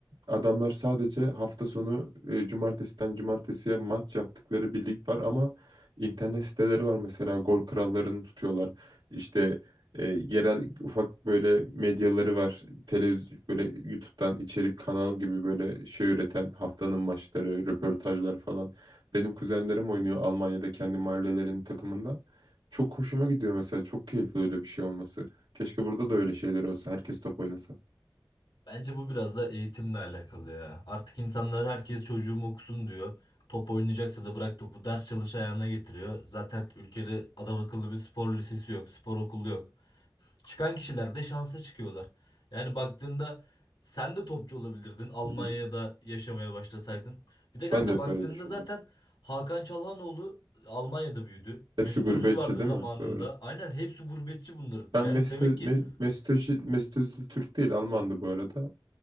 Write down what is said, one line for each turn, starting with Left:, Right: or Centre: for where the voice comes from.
Right: Adamlar sadece hafta sonu e, cumartesiden cumartesiye maç yaptıkları bir lig var ama internet siteleri var mesela gol krallarını tutuyorlar. İşte e, yerel ufak böyle medyaları var. Televizyon böyle YouTube'dan içerik kanal gibi böyle şey üreten haftanın maçları, röportajlar falan. Benim kuzenlerim oynuyor Almanya'da kendi mahallelerinin takımında. Çok hoşuma gidiyor mesela. Çok keyifli öyle bir şey olması. Keşke burada da öyle şeyler olsa. Herkes top oynasa.
Left: Bence bu biraz da eğitimle alakalı ya. Artık insanlar herkes çocuğum okusun diyor. Top oynayacaksa da bırak topu ders çalış ayağına getiriyor. Zaten ülkede adam akıllı bir spor lisesi yok, spor okulu yok. Çıkan kişiler de şansa çıkıyorlar. Yani baktığında sen de topçu olabilirdin Almanya'da
Right: Hı hı.
Left: yaşamaya başlasaydın. Bir de kanka
Right: Ben de hep
Left: baktığında
Right: öyle düşünüyorum.
Left: zaten Hakan Çalhanoğlu Almanya'da büyüdü.
Right: Hepsi
Left: Mesut
Right: gurbetçi
Left: Özil vardı
Right: değil
Left: zamanında.
Right: mi? Doğru.
Left: Aynen hepsi gurbetçi bunların.
Right: Ben
Left: Yani
Right: mesto
Left: demek
Right: Ö-
Left: ki
Right: Me- Mesut, Özil- Mesut Özil Türk değil Almandı bu arada.